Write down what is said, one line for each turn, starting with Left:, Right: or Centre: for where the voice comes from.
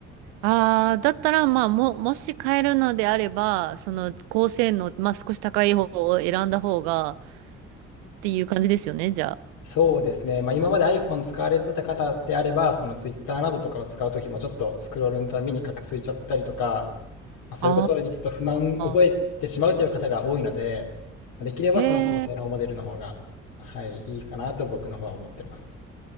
Right: ああ、だったら、まあ、も、もし買えるのであれば、その、高性能、まあ、少し高い方を選んだ方が、っていう感じですよね、じゃ
Left: そうですね。まあ、今まで iPhone 使われてた方であれば、その Twitter などとかを使うときもちょっとスクロールのたびにカクついちゃったりとか、まあ、そういうことにちょっと不満覚えてしまうという方が多いので、
Right: あ。ああ、
Left: まあできればその高性能モデルの方が、
Right: へえ。
Left: はい、いいかなと僕の方は思ってます。